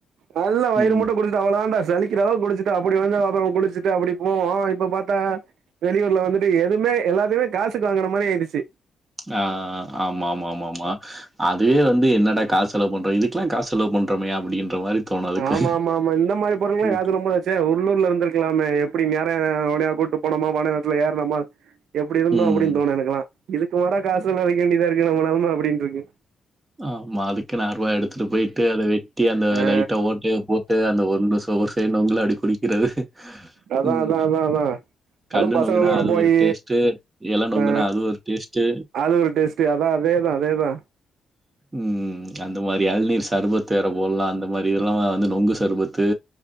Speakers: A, on the right (about 65°); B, on the right (about 30°).
A: நல்லா வயிறு
B: ம்.
A: முட்ட குடிச் அவ்வளதான்டா சலிக்கிற அளவு குடிச்சிட்டு அப்டி வந்து அப்பறோ குளிச்சுட்டு அப்டி போவோ இப்ப பாத்தா வெளியூர்ல வந்துட்டு எதுமே எல்லாதையுமே காசுக்கு வாங்குற மாறி இதுச்சி
B: நா ஆமாமாமாமா அதுவே வந்து என்னடா காசு செலவு பண்றோ இதுக்கெல்லா காசு செலவு பண்றோமே அப்டின்ற மாரி தோணும் அதுக்கு.
A: ஆமாமாமா இந்த மாரி பொருளெல்லா
B: ம்.
A: யாசு ரொம்ப தே உள்ளூர்ல இருந்திருக்கலாமே எப்டி நேர ஒனியா கூப்டு போனமா பனைமரத்துல ஏறுனமா எப்டி இருந்தோ
B: ம்.
A: அப்டின் தோணு எனக்குலா இதுக்குமாடா காசு செலவழிக்க வேண்டியதா இருக்கு நம்ம நெலம அப்டின்ருக்கு
B: ஆமா அதுக் கு நா ருவா எடுத்துட்டு போயிட்டு அத வெட்டி அந்த
A: ஆ
B: லைட்ட ஓட்டைய போட்டு அந்த ஒன்னு செவுரு தேனுங்கள அடி குடிக்கிறது
A: அதா
B: ம்.
A: அதா அதா அதா
B: கல்லு
A: அதுவு பசங்களோட
B: நொங்குனா அது
A: போயி
B: ஒரு டேஸ்ட்டு. இல நொங்குனா
A: அ
B: அது ஒரு டேஸ்ட்டு.
A: அது ஒரு டெஸ் டி அதா அதேதா அதேதா
B: ம் அந்த மாரி எளநீர் சர்பத்து வேற போல்லா அந்த மாரி எல்லா வந்து நொங்கு சர்பத்து